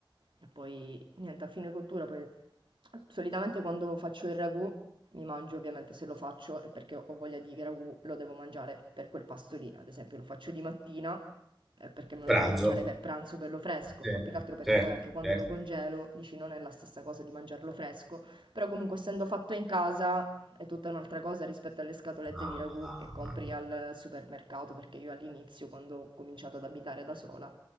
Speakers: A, on the right; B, in the centre.
A: e poi niente, a fine cottura, poi solitamente quando faccio il ragù mi mangio ovviamente se lo faccio è perché ho voglia di ragù, lo devo mangiare per quel pasto lì. Ad esempio lo faccio di mattina è perché me
B: pranzo,
A: lo devo mangiare per pranzo bello fresco,
B: certo,
A: ma più che altro perché
B: certo,
A: poi anche quando
B: certo.
A: lo congelo, dici non è la stessa cosa di mangiarlo fresco, però comunque essendo fatto in casa è tutta un'altra cosa rispetto alle scatolette
B: Ah,
A: di ragù che compri al supermercato, perché io all'inizio, quando ho cominciato ad abitare da sola,